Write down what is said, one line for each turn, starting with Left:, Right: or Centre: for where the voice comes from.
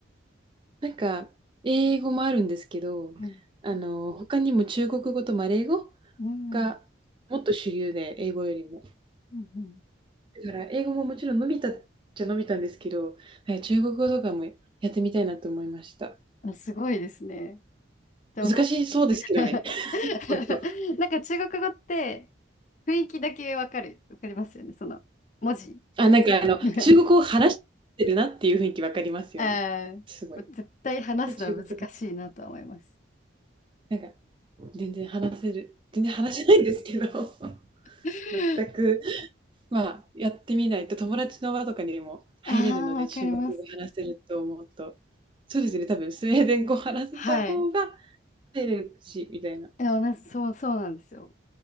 Right: なんか、英語もあるんですけど、
Left: うん。
Right: あの、他にも中国語とマレー語
Left: うん。
Right: がもっと主流で、英語よりも。
Left: うんうん
Right: だから英語ももちろん伸びたっちゃ伸びたんですけど、はい、中国語とかもやってみたいなと思いました。
Left: あ、すごいですね。でもな
Right: 難しそうですけどね。
Left: んか
Right: <laughs>
Left: <laughs>
Right: 本当。
Left: なんか中国語って雰囲気だけわかる。わかりますよね。その文字。
Right: あ、なんかあの、
Left: <laughs>
Right: 中国語を話してるなっていう雰囲気わかりますよね。
Left: あー絶対話すのは難しいなとは思います。
Right: すごい。これ中国語だ。なんか全然話せる。全然話せないんですけど、
Left: <laughs>
Right: <laughs> 全く、まあ、やってみないと友達の輪とかにも入れるので、
Left: ああ、わかります。
Right: 中国語話せると思うと、そうですね、多分スウェーデン語話せた方が
Left: はい。
Right: 入れるし、みたいな。
Left: でもなそう、そうなんですよ。